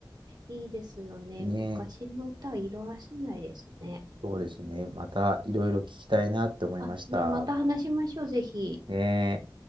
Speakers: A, on the right (about 60°); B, on the right (about 85°).
A: いいですよね。
B: え。ねえ。
A: 昔の歌は色褪せないですね。
B: そうですね。またいろいろ聞きたいなって思いました。
A: あ、ね、また話しましょう、ぜひ。
B: ねえ。